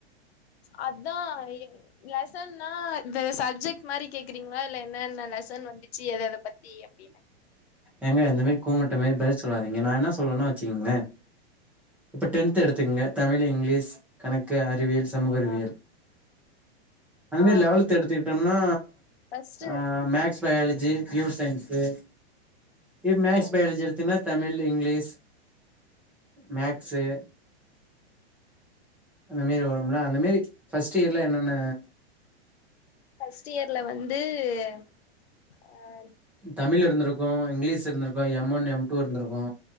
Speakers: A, on the left; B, in the centre.
A: அதா என் லசன்னா இந்த சப்ஜெட் மாரி கேக்கிறீங்ளா இல்ல என்னென்ன லசன் வந்துச்சி எத எத பத்தி அப்பின்னு
B: எங்க இந்த மரி கூமுட்ட மாரி பதில் சொல்லாதீங்க நா என்னா சொல்லேன்னா வச்சிங்லே இப்ப டென்த்து எடுத்துக்குங்க தமிழி இங்க்லீஸ் கணக்கு அறிவியல் சமூக அறிவியல்
A: ஆ
B: அதுமர்
A: ஆ
B: லெவல்த் எடுத்திட்டோம்னா
A: ஃபஸ்ட்டு
B: ஆ மேக்ஸ் பயாலஜி ப்யூர் சயின்ஸு எ மேக்ஸ்
A: ம்
B: பயாலஜி எடுத்தீனா தமிழு இங்க்லீஸ் மேக்ஸு அந்த மேரி வரும்ல அந்த மேரி ஃபஸ்ட் இயர்ல என்னன்ன
A: ஃபஸ்ட் இயர்ல வந்து எம் ஆய்
B: தமிழ் எருந்துருக்கு இங்கிலீஸ் இருந்துருக்கு எம் ஒன் எம் டூ இருந்துருக்கு